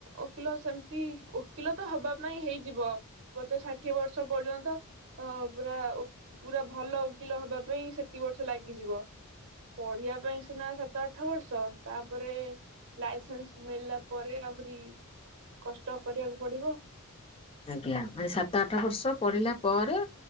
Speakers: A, on the right; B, on the left.
A: ଓକିଲ ସେମିତି ଓକିଲ ତ ହବା ପାଇଁ ହେଇ ଯିବ ପଚାଶ ଷାଠିଏ ବର୍ଷ ପର୍ଯ୍ୟନ୍ତ ଅ ପୁରା ପୁରା ଭଲ ଓକିଲ ହବା ପାଇଁ ସେତିକି ବର୍ଷ ଲାଗିଯିବ। ପଢିବା ପାଇଁ ସିନା ସାତ ଆଠ ବର୍ଷ ତାପରେ ଲାଇସେନ୍ସ ମିଳିଲା ପରେ ଆହୁରି କଷ୍ଟ କରିବାକୁ ପଡିବ
B: ଆଜ୍ଞା ମାନେ ସାତ ଆଠ ବର୍ଷ ପଢିଲା ପରେ